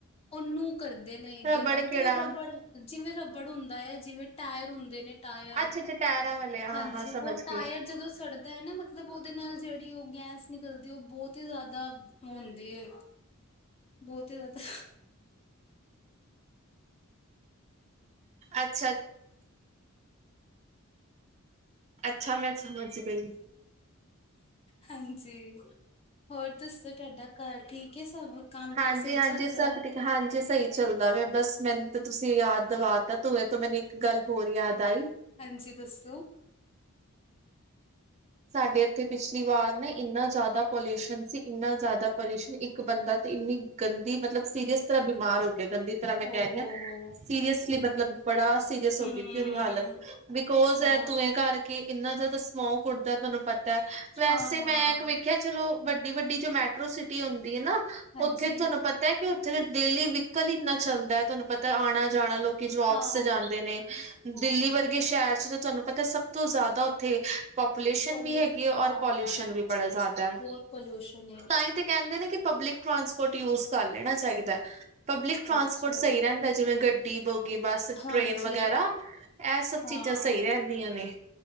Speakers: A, on the left; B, on the right.
A: ਉਹਨੂੰ ਕਰਦੇ ਨੇ
B: ਰਬੜ
A: ਗਰਮ
B: ਕੀੜਾ
A: ਤੇ ਉਹ ਰਬੜ ਜਿਵੇਂ ਰਬੜ ਹੁੰਦਾ ਹੈ ਜਿਵੇਂ ਟਾਇਰ ਹੁੰਦੇ ਨੇ ਟਾਇਰ
B: ਅੱਛਾ ਅੱਛਾ ਟਾਇਰਾਂ ਵਾਲੇ ਹਾਂ
A: ਹਾਂਜੀ
B: ਹਾਂ ਸਮਝ
A: ਉਹ ਟਾਇਰ
B: ਗਈ।
A: ਜਦੋਂ ਸੜਦਾ ਹੈ ਨਾ ਮਤਲਬ ਮਤਲਬ ਉਹਦੇ ਨਾਲ ਜਿਹੜੀ ਉਹ ਗੈਸ ਨਿਕਲਦੀ ਉਹ ਬਹੁਤ ਹੀ ਜ਼ਿਆਦਾ ਹੁੰਦੀ ਹੈ ਬਹੁਤ ਹੀ ਜ਼ਿਆਦਾ
B: ਅੱਛਾ ਹ ਅੱਛਾ ਮੈਂ ਸਮਝ ਹੀ ਪਈ
A: ਹਾਂਜੀ ਹੋਰ ਦੱਸੋ ਤੁਹਾਡਾ ਘਰ ਠੀਕ ਹੈ ਸਭ ਕੰਮ
B: ਹਾਂਜੀ
A: ਕਾਰ ਸਹੀ
B: ਹਾਂਜੀ
A: ਚੱਲ ਰਿਹਾ
B: ਸਭ ਠੀਕ ਹਾਂਜੀ ਸਹੀ ਚੱਲਦਾ ਪਿਆ ਬਸ ਮੈਨੂੰ ਤਾਂ ਤੁਸੀਂ ਯਾਦ ਦਿਵਾ ਤਾ ਧੂੰਏ ਤੋਂ ਮੈਨੂੰ ਇੱਕ ਗੱਲ ਹੋਰ ਯਾਦ ਆਈ
A: ਹਾਂਜੀ ਦੱਸੋ
B: ਸਾਡੇ ਇੱਥੇ ਪਿਛਲੀ ਵਾਰ ਨਾ ਇੰਨਾ ਜ਼ਿਆਦਾ ਪੋਲਿਊਸ਼ਨ ਸੀ ਇੰਨਾ ਜ਼ਿਆਦਾ ਪੋਲਿਊਸ਼ਨ ਇੱਕ ਬੰਦਾ ਤੇ ਇੰਨੀ ਗੰਦੀ ਮਤਲਬ ਸੀਰੀਅਸ ਤਰ੍ਹਾਂ ਬਿਮਾਰ ਹੋਈ ਗੰਦੀ ਤਰ੍ਹਾਂ ਮੈਂ ਕਹਿ
A: ਓਹੋ
B: ਰਹੀ ਹਾਂ ਸੀਰੀਅਸਲੀ ਮਤਲਬ ਬੜਾ ਸੀਰੀਅਸ ਹੋ
A: ਹਮ
B: ਗਈ ਸੀ ਉਹਦੀ ਹਾਲਤ ਬਿਕੋਜ
A: ਅੱਛਾ
B: ਤੂੰਵੇਂ ਕਰਕੇ ਕਿੰਨਾ ਜ਼ਿਆਦਾ ਸਮੋਕ ਕੁਡ ਦਾ ਤੁਹਾਨੂੰ ਪਤਾ ਵੈਸੇ
A: ਹਾਂ ਹਾਂ
B: ਮੈਂ ਇੱਕ ਵੇਖਿਆ ਚਲੋ ਵੱਡੀ ਵੱਡੀ ਜੋ ਮੈ ਸਿਟੀ ਹੁੰਦੀ ਹੈ ਨਾ
A: ਹਾਂਜੀ
B: ਉੱਥੇ ਤੁਹਾਨੂੰ ਪਤਾ ਹੈ ਕਿ ਫ ਡੇਲੀ ਵਿਕਲ ਹੀ ਇੰਨਾ ਚੱਲਦਾ ਤੁਹਾਨੂੰ ਪਤਾ ਆਉਣਾ ਜਾਣਾ ਲੋਕ ਜਬਸ
A: ਹਾਂ
B: ਜਾਂਦੇ ਨੇ
A: ਹਾਂ
B: ਦਿੱਲੀ ਵਰਗੇ ਸ਼ਹਿਰ ਚ ਤਾਂ ਤੁਹਾਨੂੰ ਪਤਾ ਸਭ ਭ ਤੋਂ ਜ਼ਿਆਦਾ ਉੱਥੇ ਪਾਪੂਲੇਸ਼ਨ
A: ਪੋਲੂ
B: ਵੀ ਹੈਗੀ ਹੈ
A: ਹਾਂ
B: ਔਰ ਪੋਲਿਊਸ਼ਨ ਵੀ ਬੜਾ ਜ਼ਿਆਦਾ ਹੈ
A: ਬਹੁਤ ਪੋਲਿਊਸ਼ਨ ਹੈ
B: ਤਾਂ ਹੀ ਤੇ ਕਹਿੰਦੇ ਨੇ ਕਿ ਪਬਲਿਕ ਟ੍ਰਾਂਸਪੋਰਟ ਯੂਜ ਕਰ ਲੈਣਾ ਚਾਹੀਦਾ ਹੈ ਪਬਲਿਕ ਟਰਾਂਸਪੋਰਟ
A: ਅੱਛਾ
B: ਸਹੀ ਰਹਿੰਦਾ ਜਿਵੇਂ ਗੱਡੀ <inaudible> ਏ ਬੱਸ
A: ਹਾਂਜੀ
B: ਟ੍ਰੇਨ ਵਗੈਰਾ ਇਹ ਸਭ
A: ਹਾਂ
B: ਚੀਜ਼ਾਂ ਸਹੀ ਰਹਿੰਦੀਆਂ ਨੇ